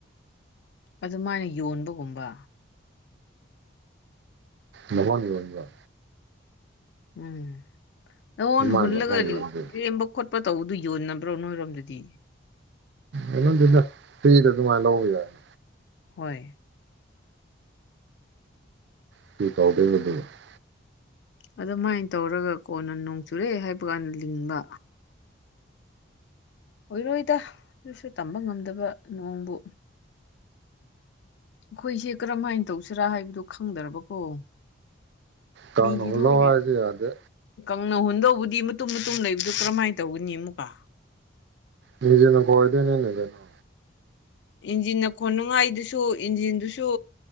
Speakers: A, on the left; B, on the right.
A: ꯑꯗꯨꯃꯥꯏꯅ ꯌꯣꯟꯕꯒꯨꯝꯕ
B: ꯂꯧꯍꯣꯟ ꯌꯣꯟꯕ꯭ꯔꯣ
A: ꯎꯝ ꯂꯧꯍꯣꯟ
B: ꯑꯗꯨꯃꯥꯏꯅ
A: ꯍꯨꯟꯂꯒꯥ
B: ꯅꯍꯣꯟ ꯌꯣꯟꯕ
A: ꯂꯦꯝꯕ ꯈꯣꯠꯄ ꯇꯧꯕꯗꯨ ꯌꯣꯟꯅꯕ꯭ꯔꯣ ꯅꯣꯏꯔꯣꯝꯗꯗꯤ
B: ꯌꯣꯟꯅꯘꯦꯘꯥ ꯐ꯭ꯔꯤꯘ ꯘꯨꯃꯥꯏ ꯂꯧꯕ ꯌꯥꯏꯅꯤ
A: ꯍꯣꯏ
B: <unintelligible>
A: ꯑꯗꯨꯃꯥꯏꯅ ꯇꯧꯔꯒ ꯀꯣꯟꯅ ꯅꯣꯡ ꯆꯨꯔꯦ ꯍꯥꯏꯕ ꯀꯥꯟꯗ ꯂꯤꯡꯕ ꯑꯣꯏꯔꯣꯏꯗ ꯑꯗꯨꯁꯨ ꯇꯝꯕ ꯉꯝꯗꯕ ꯅꯣꯡꯕꯨ ꯑꯩꯈꯣꯏꯁꯦ ꯀꯔꯝꯍꯥꯏꯅ ꯇꯧꯁꯤꯔꯥ ꯍꯥꯏꯕꯗꯨ ꯈꯪꯗ꯭ꯔꯕꯀꯣ
B: ꯀꯥꯡꯅ
A: ꯃꯤ ꯒꯤꯂꯣꯏꯅ
B: ꯍꯨꯜꯂꯣ ꯍꯥꯏꯔꯁꯨ ꯌꯥꯗꯦ
A: ꯀꯪꯅ ꯍꯨꯟꯗꯧꯕꯗꯤ ꯃꯇꯨꯝ ꯃꯇꯨꯝ ꯂꯩꯕꯗꯨ ꯀꯔꯝꯍꯥꯏꯅ ꯇꯧꯒꯅꯤ ꯑꯃꯨꯛꯀ
B: UNINTELLIGIBLE <unintelligible>
A: ꯏꯟꯖꯤꯟꯅ ꯈꯣꯟꯅꯉꯥꯏꯗꯨꯁꯨ ꯏꯟꯖꯤꯟꯗꯨꯁꯨ